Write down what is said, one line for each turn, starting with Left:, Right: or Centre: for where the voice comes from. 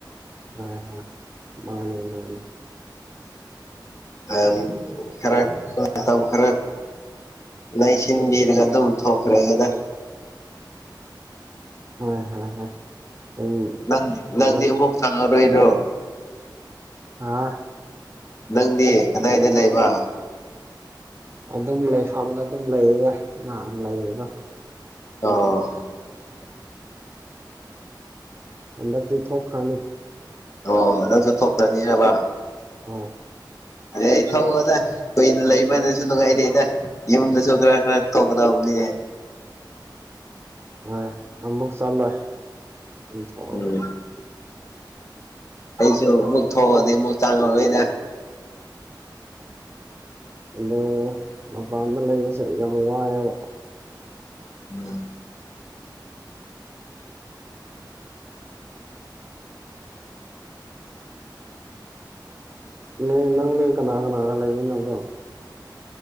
Right: ꯍꯣꯏ ꯍꯣꯏ ꯃꯥꯅꯦ ꯃꯥꯅꯦ
Left: ꯑ ꯈꯔ <unintelligible> ꯈꯔ ꯂꯩꯁꯤꯟꯕꯤꯔꯒ ꯑꯗꯨꯝ ꯊꯣꯛꯈ꯭ꯔꯦꯒꯦꯗ
Right: ꯍꯣꯏ ꯍꯣꯏ ꯍꯣꯏ <unintelligible>
Left: ꯅꯪ ꯅꯪꯗꯤ
Right: ꯑꯗꯨꯝ
Left: ꯑꯃꯨꯛ ꯆꯪꯉꯔꯣꯏꯔꯣ
Right: ꯑꯥ
Left: ꯅꯪꯗꯤ ꯀꯗꯥꯏꯗ ꯂꯩꯕ
Right: ꯑꯗꯨꯝ ꯂꯩꯐꯝꯗ ꯑꯗꯨꯝ ꯂꯩꯗ ꯅꯍꯥꯟ ꯂꯩꯕꯗ
Left: ꯑꯣ
Right: ꯍꯟꯗꯛꯇꯤ ꯊꯣꯛꯈ꯭ꯔꯅꯤ
Left: ꯑꯣ ꯅꯪꯁꯨ ꯊꯣꯛꯈ꯭ꯔꯅꯤ ꯍꯥꯏꯕ
Right: ꯍꯣꯏ
Left: ꯂꯩꯊꯣꯛꯑꯣꯗ ꯀꯨꯏꯅ ꯂꯩꯃꯗꯨꯁꯨ ꯅꯨꯡꯉꯥꯏꯔꯦꯗ ꯌꯨꯝꯗꯁꯨ ꯈꯔ ꯈꯔ ꯊꯣꯛꯀꯗꯕꯅꯤ
Right: ꯍꯣꯏ ꯑꯃꯨꯛ ꯆꯠꯂꯣꯏ <unintelligible>
Left: ꯎꯝ ꯑꯩꯁꯨ ꯑꯃꯨꯛ ꯊꯣꯛꯑꯗꯤ ꯑꯃꯨꯛ ꯆꯪꯉꯔꯣꯏꯗ
Right: ꯑꯗꯨ ꯃꯄꯥꯟꯗ ꯂꯩꯕꯁꯦ ꯌꯥꯝ ꯋꯥꯏꯑꯦꯕ
Left: <unintelligible>
Right: ꯅꯦ ꯅꯪ ꯀꯅꯥ ꯀꯅꯥꯒ ꯂꯩꯃꯤꯟꯅꯕ꯭ꯔꯣ